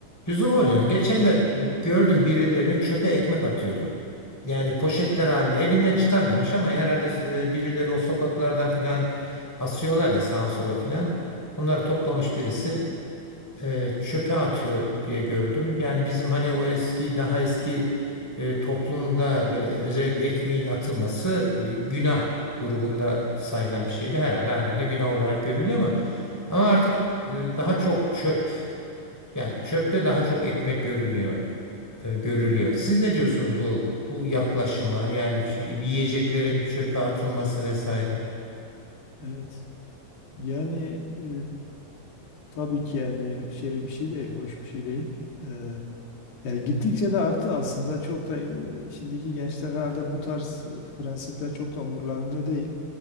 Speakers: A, in the centre; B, on the left.
A: Yusuf hocam geçen de e, gördüm birilerini çöpe ekmek atıyordu. Yani poşetler halinde evinden çıkarmamış ama herhalde e, birileri o sokaklardan filan asıyorlar ya sağa sola filan. Bunları toplamış birisi e, çöpe atıyor diye gördüm. Yani bizim hani o eski daha eski e, toplumda böyle özellikle ekmeğin atılması e, günah grubunda sayılan bir şeydi. Herhalde halen de günah olarak görülüyor ama ama artık e, daha çok çöp yani çöpte daha çok ekmek görünüyor, e, görülüyor. Siz ne diyorsunuz bu bu yaklaşıma? Yani ç- yiyeceklerin çöpe atılması vesaire.
B: Evet. Yani e, tabii ki yani şey bir şey değil, hoş bir şey değil. E, yani gittikçe de arttı aslında çok da e, şimdiki gençler herhalde bu tarz prensipler çok da umurlarında değil.